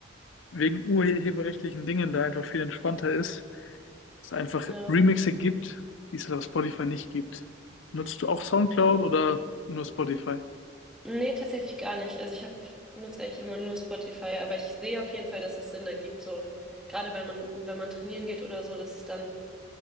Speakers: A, on the left; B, in the centre.
A: wegen urheberrechtlichen Dingen da einfach viel entspannter ist, es einfach
B: ja,
A: Remixe gibt, die es halt auf Spotify nicht gibt. Nutzt du auch SoundCloud
B: ja.
A: oder nur Spotify?
B: Nee, tatsächlich gar nicht. Also ich habe nutze eigentlich immer nur Spotify, aber ich sehe auf jeden Fall, dass es Sinn ergibt, so gerade wenn man wenn man trainieren geht oder so, dass es dann